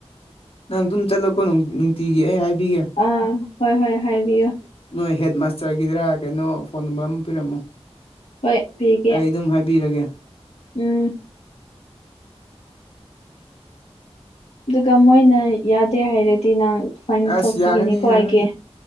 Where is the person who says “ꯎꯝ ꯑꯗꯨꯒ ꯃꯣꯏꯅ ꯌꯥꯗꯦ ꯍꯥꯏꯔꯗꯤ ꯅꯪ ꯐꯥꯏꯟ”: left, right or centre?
Left